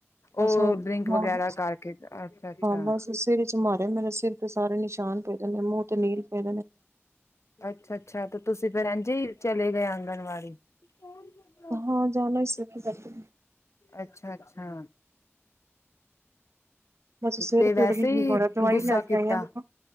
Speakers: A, on the right; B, on the left.
A: ਬਸ
B: ਉਹ ਡਰਿੰਕ
A: ਮੋਰ
B: ਵਗੈਰਾ ਕਰਕੇ ਅੱਛਾ ਅੱਛਾ
A: ਹਾਂ ਬਸ ਸਿਰ ਚ ਮਾਰਿਆ ਮੇਰੇ ਸਿਰ ਸਾਰੇ ਨਿਸ਼ਾਨ ਪੈ ਜਾਂਦੇ ਨੇ ਮੂੰਹ ਤੇ ਨੀਲ ਪੈਂ
B: ਅੱਛਾ ਅੱਛਾ ਤੇ ਤੁਸੀਂ ਫੇਿਰ ਇੰਝ ਚਲੇ ਗਏ ਆਂਗਣਵਾੜੀ ਹੋਰ ਜਾਣਾ
A: ਹਾਂ ਜਾਣਾ ਹੀ ਸੀ ਕਿ ਕਰਦੇ
B: ਅੱਛਾ ਅੱਛਾ
A: ਸੀਰ
B: ਤੇ ਵੈਸੇ
A: ਭੀੜ ਨਿ ਠੀਕ
B: ਹੀ
A: ਹੋ ਰਿਹਾ ਦਵਾਈ
B: ਗੁੱਸਾ
A: ਲੈ ਕੇ
B: ਕੀਤਾ
A: ਆਈਆ ਦੇਖੋ